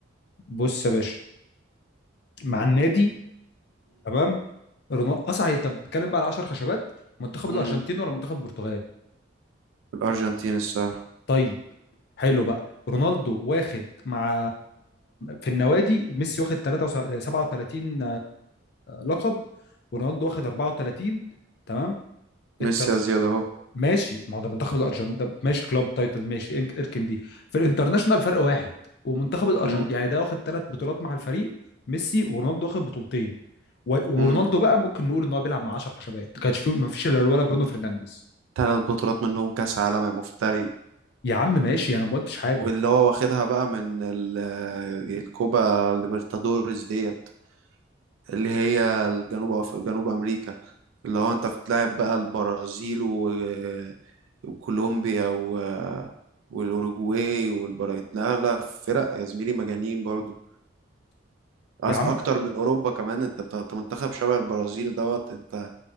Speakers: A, on the left; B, on the right.
A: بص يا باشا مع النادي تمام رونالدو اصعي طب بتكلم بقى على 10 خشبات منتخب الارجنتين
B: امم
A: ولا منتخب البرتغال
B: الأرجنتين الصراحة
A: طيب حلو بقى رونالدو واخد مع في النوادي ميسي واخد 3 37 لقب ورونالدو واخد 34 تمام انت
B: ميسي يا زياد أهو
A: ماشي ما هو ده منتخب الارجنتين ده ماشي كلوب تايتل ماشي إنك- اركن دي في الانترناشونال فرق واحد ومنتخب الارجنتين
B: مم.
A: يعني ده واخد ثلاث بطولات مع الفريق ميسي ورونالدو واخد بطولتين و-
B: مم.
A: ورونالدو بقى ممكن نقول ان هو بيلعب مع 10 خشبات ما كانش فيه ما فيش الا ولا برونو فرنانديز
B: تلات بطولات منهم كأس عالم يا مفتري
A: يا عم ماشي انا ما قلتش حاجه
B: واللي هو واخدها بقى من ال- آه، الكوبا ليبرتادوريس ديت اللي هي الجنوب أف... جنوب أمريكا اللي هو أنت بتلعب بقى البرازيل و... آه، وكولومبيا و... آه، والأوروجواي والبراغيت لا لا فرق يا زميلي مجانين برضو أص-
A: يا عم
B: أكتر من أوروبا كمان أنت بتاع أنت منتخب شبه البرازيل دوت أنت